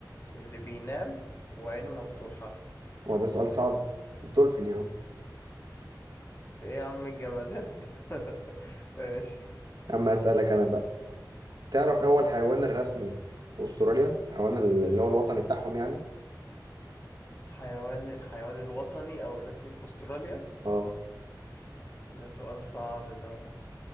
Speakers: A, on the left; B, on the right.
A: اللي بينام وعينه مفتوحة
B: هو ده سؤال صعب الدولفين يا عم
A: في إيه يا عم الجمدان ده <laughs> ماشي
B: اما اسالك انا بقى تعرف ايه هو الحيوان الرسمي في استراليا الحيوان اللي هو الوطني بتاعهم يعني
A: حيوان حيوان الوطني أو الرسمي في أستراليا
B: اه
A: ده سؤال صعب ده